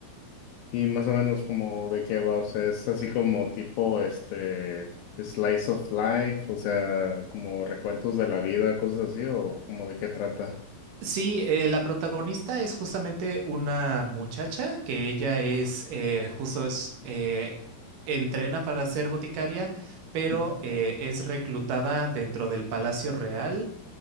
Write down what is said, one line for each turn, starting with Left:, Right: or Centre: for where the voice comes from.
Left: Y más o menos como de qué va, o sea, es así como tipo, este, slice of life, o sea, como recuentos de la vida, cosas así, o como de qué trata.
Right: Sí, eh, la protagonista es justamente una muchacha que ella es, eh, justo es, eh, entrena para ser boticaria, pero
Left: Ujú,
Right: eh, es reclutada dentro del Palacio Real